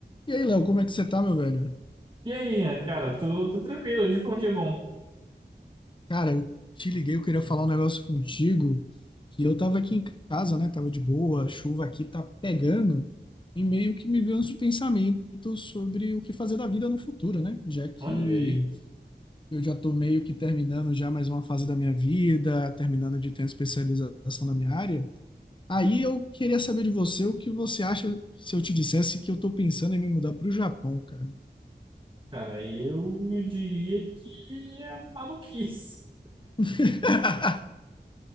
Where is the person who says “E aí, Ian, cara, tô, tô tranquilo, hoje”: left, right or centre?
Right